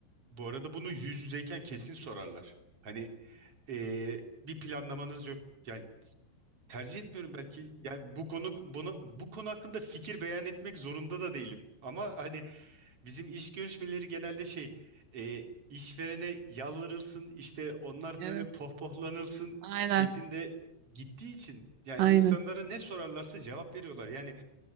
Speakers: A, on the right; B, on the right.
A: bu arada bunu yüz yüzeyken kesin sorarlar. Hani eee, bir planlamanız yok. Yani tercih etmiyorum belki. Yani bu konu bunu bu konu hakkında fikir beyan etmek zorunda da değilim. Ama hani bizim iş görüşmeleri genelde şey eee, işverene yalvarılsın işte onlar
B: Evet,
A: böyle pohpohlanılsın
B: aynen,
A: şeklinde gittiği için yani
B: aynen.
A: insanlara ne sorarlarsa cevap veriyorlar. Yani